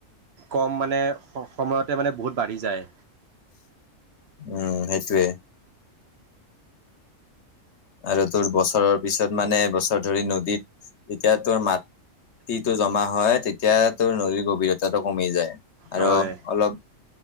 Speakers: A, on the right; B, on the left.
A: কম মানে সময়তে মানে বহুত বাঢ়ি যায়।
B: উম, সেইটোৱে আৰু তোৰ বচৰৰ পিছত মানে এবছৰ ধৰি নদীত যেতিয়া তোৰ মাটিটো জমা হয় তেতিয়া তোৰ নদীৰ গভীৰতাটো কমি যায়
A: হয়
B: আৰু অলপ